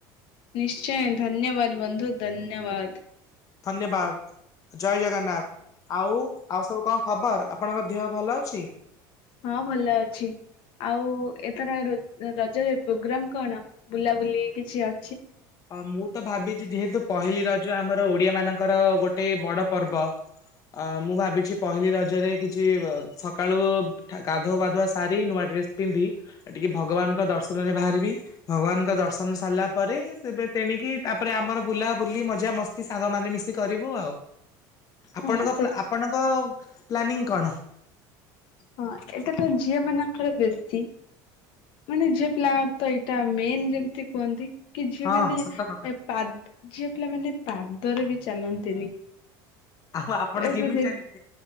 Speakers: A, on the left; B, on the left.
A: ନିଶ୍ଚୟ ଧନ୍ୟବାଦ ବନ୍ଧୁ ଧନ୍ୟବାଦ।
B: ଧନ୍ୟବାଦ ଜୟ ଜଗନ୍ନାଥ ଆଉ ଆଉ ସବୁ କଣ ଖବର? ଆପଣଙ୍କ ଦେହ ଭଲ ଅଛି
A: ହଁ ଭଲ ଅଛି ଆଉ ଏଥର ରୋ ରଜରେ ପ୍ରୋଗ୍ରାମ କଣ ବୁଲାବୁଲି କିଛି ଅ
B: ଅ ମୁଁ ତ ଭାବି ଯେହେତୁ ପହିଲି ରଜ ଆମର ଓଡିଆ ମାନଙ୍କର ଗୋଟେ ବଡ ପର୍ବ ଅ ମୁଁ ଭାବିଛି ପହିଲି ରଜରେ କିଛି ସକାଳୁ ଠା ଗାଧୁଆବାଧୁଆ ସାରି ନୂଆ ଡ୍ରେସ ପିନ୍ଧି ଟିକେ ଭଗବାନଙ୍କ ଦର୍ଶନରେ ବାହାରିବି ଭଗବାନଙ୍କ ଦର୍ଶନ ସାରିଲା ପରେ। ଏବେ ତେଣିକି ତାପରେ ଆମର ବୁଲା ବୁଲି ମଜା ମସ୍ତି ସାଙ୍ଗ ମାନେ ମିଶି କରିବୁ ଆଉ। ଆପଣଙ୍କ
A: ହଁ ସେଟା
B: ପ୍ଲା ଆପଣଙ୍କ ପ୍ଲାନିଂ କଣ?
A: ହଁ ଏଇଟା ତ ଝିଅ ମାନଙ୍କର ବେଶୀ ମାନେ ଝିଅ ପିଲାଙ୍କ ତ ଏଇଟା ମେନ ଯେମିତି କୁହନ୍ତି। କି ଝିଅ
B: ହଁ
A: ମାନେ
B: ସତ କଥା
A: ପାଦ୍ ଝିଅ ପିଲାମାନେ ପାଦରେ ବି ଚାଲନ୍ତିନି।
B: ଆଉ ଆପଣ
A: ତ
B: କେମିତି
A: ସେ-ସେ
B: ଚାଲିବେ?